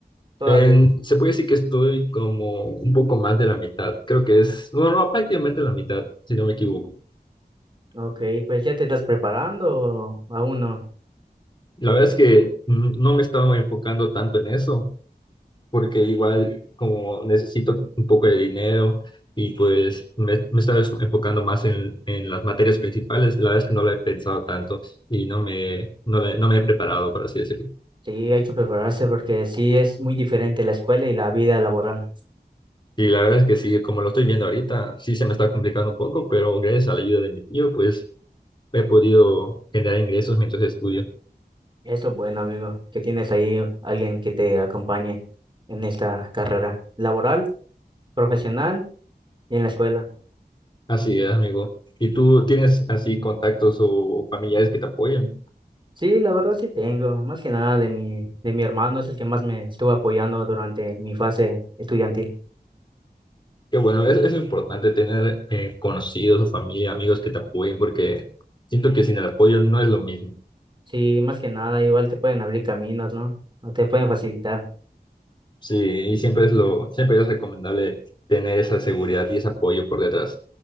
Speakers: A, on the right (about 30°); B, on the left (about 30°).
A: todavía?
B: En- se puede decir que estoy como un poco más de la mitad, creo que es, no, no, prácticamente la mitad, si no me equivoco.
A: Ok, pues ya te estás preparando o aún no.
B: La verdad es que no me estaba enfocando tanto en eso, porque igual como necesito un poco de dinero y pues me, me estaba es- enfocando más en, en las materias principales, la verdad es que no lo he pensado tanto y no me, no, le- no me he preparado, por así decirlo.
A: Sí, hay que prepararse porque sí es muy diferente la escuela y la vida laboral.
B: Y la verdad es que sí, como lo estoy viendo ahorita, sí se me está complicando un poco, pero gracias a la ayuda de mi tío, pues he podido generar ingresos mientras estudio.
A: Eso es bueno, amigo, que tienes ahí alguien que te acompañe en esta carrera laboral, profesional y en la escuela.
B: Así es, amigo. ¿Y tú tienes así contactos o familiares que te apoyen?
A: Sí, la verdad sí tengo, más que nada de mi, de mi hermano, es el que más me estuvo apoyando durante mi fase estudiantil.
B: Qué bueno, es, es importante tener eh, conocidos o familia, amigos que te apoyen, porque siento que sin el apoyo no es lo mismo.
A: Sí, más que nada, igual te pueden abrir caminos, ¿no? O te pueden facilitar.
B: Sí, y siempre es lo, siempre es recomendable tener esa seguridad y ese apoyo por detrás.